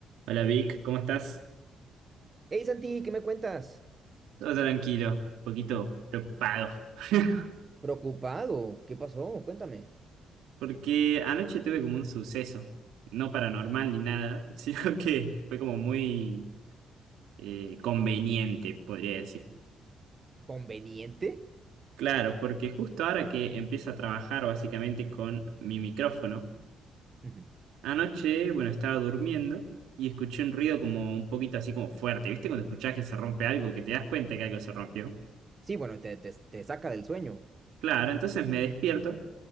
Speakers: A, on the right; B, on the right.
A: Hola Vic, ¿cómo estás?
B: Hey Santi, ¿qué me cuentas?
A: Todo tranquilo, un poquito preocupado. <laughs>
B: Preocupado, ¿qué pasó? Cuéntame.
A: Porque anoche tuve como un suceso, no paranormal ni nada, <laughs> sino que fue como
B: Ah,
A: muy eh, conveniente, podría decir.
B: ¿Conveniente?
A: Claro, porque justo ahora que empiezo a trabajar básicamente con mi micrófono,
B: Ujú.
A: anoche, bueno, estaba durmiendo y escuché un ruido como un poquito así como fuerte. ¿Viste cuando escuchás que se rompe algo, que te das cuenta que algo se rompió?
B: Sí, bueno, te, te, te saca del sueño.
A: Claro, entonces me despierto,